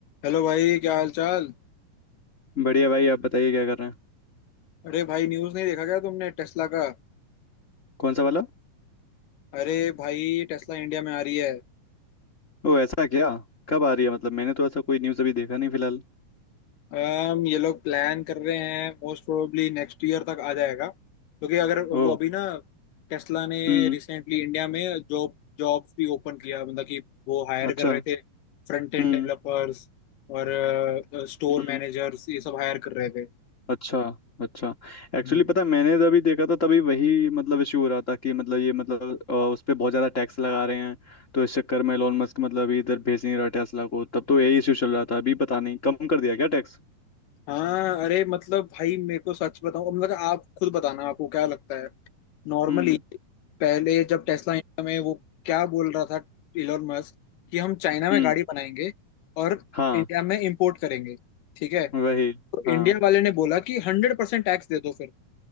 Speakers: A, on the left; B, on the left.
A: Hello भाई क्या हाल चाल
B: बढ़िया भाई आप बताइए क्या कर रहे हैं
A: अरे भाई न्यूज़ नहीं देखा क्या तुमने टेस्ला का
B: कौन सा वाला
A: अरे भाई टेस्ला इंडिया में आ रही है
B: ओ ऐसा क्या कब आ रही है मतलब मैंने तो ऐसा कोई न्यूज़ अभी देखा नहीं फिलहाल
A: um, ये लोग प्लान कर रहे हैं मोस्ट प्रोबेबली नेक्स्ट ईयर तक आ जाएगा क्योंकि अगर वो
B: ओ
A: अभी ना टेस्ला ने
B: हम्म
A: रिसेंटली इंडिया में जॉब जॉब्स भी ओपन किया मतलब कि वो हायर
B: अच्छा
A: कर रहे थे फ्रंट एंड
B: हम्म
A: डेवलपर्स और स्टोर
B: हम्म
A: मैनेजर्स ये सब हायर कर रहे
B: अच्छा अच्छा एक्चुअली
A: थे
B: पता है, मैंने जब अभी देखा था तभी वही मतलब इशू हो रहा था कि मतलब ये मतलब अ, उस पर बहुत ज़्यादा टैक्स लगा रहे हैं तो इस चक्कर में एलोन मस्क मतलब अभी इधर भेज नहीं रहा टेस्ला को तब तो यही इशू चल रहा था अभी पता नहीं कम कर दिया क्या टैक्स
A: हाँ अरे मतलब भाई मेरे को सच बताऊं मतलब आप खुद बताना आपको क्या लगता है नॉर्मली
B: हम्म
A: पहले जब टेस्ला इंडिया में वो क्या बोल रहा था इलोन मस्क कि हम चाइना में
B: हम्म
A: गाड़ी बनाएंगे और
B: हाँ
A: इंडिया में इंपोर्ट करेंगे ठीक है
B: वही
A: तो
B: हाँ
A: इंडिया वाले ने बोला कि हंड्रेड परसेंट टैक्स दे दो फिर